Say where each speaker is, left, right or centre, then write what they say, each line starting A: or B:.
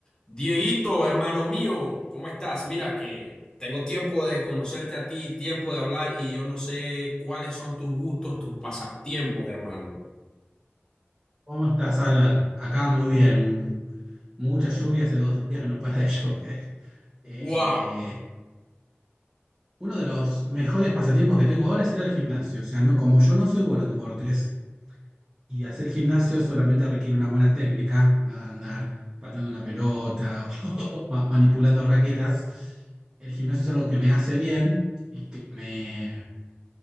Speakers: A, on the left; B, on the right.
A: Dieguito, hermano mío, ¿cómo estás? Mira que tengo tiempo de conocerte a ti, tiempo de hablar y yo no sé cuáles son tus gustos, tus pasatiempos, hermano.
B: ¿Cómo estás, Albert? Acá muy bien. Mucha lluvia, hace dos días que no para de llover.
A: Wow.
B: Eh, uno de los mejores pasatiempos que tengo ahora es ir al gimnasio. O sea, no, como yo no soy bueno en deportes y hacer gimnasio solamente requiere una buena técnica, nada de andar pateando una pelota <laughs> o ma- manipulando raquetas. El gimnasio es algo que me hace bien y que me...